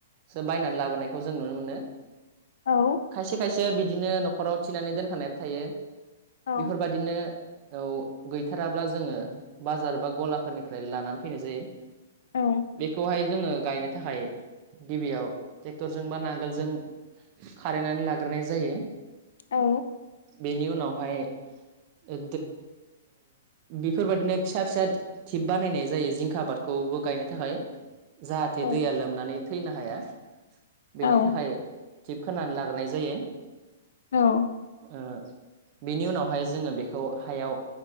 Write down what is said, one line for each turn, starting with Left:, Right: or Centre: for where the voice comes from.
Right: सो बायनानै लाबोनायखौ जों नुनो मोनो
Left: औ
Right: खायसे-खायसे जों बिदिनो न'खराव थिनानै दोनखानाय थायो
Left: औ
Right: बेफोरबायदिनो औ गैथाराब्ला जोङो बाजार बा गलाफोरनिफ्राय लानानै फैनाय जायो।
Left: औ
Right: बेखौहाय जोङो गायनो थाखाय गिबियाव ट्रेक्टरजों बा नांगोलजों खारैनानै लाग्रोनाय जायो।
Left: औ
Right: बेनि उनावहाय ओ बेफोरबायाददिनो फिसा- फिसा थिप बानायनाय जायो जिंखा आबादखौबो गायनो थाखाय। जाहाथे
Left: औ
Right: दैया लोमनानै थैनो हाया, बेनि
Left: औ
Right: थाखाय थिप खोनानै लाग्रोनाय जायो।
Left: औ
Right: ओ बेनि उनावहाय जोङो बेखौ हायाव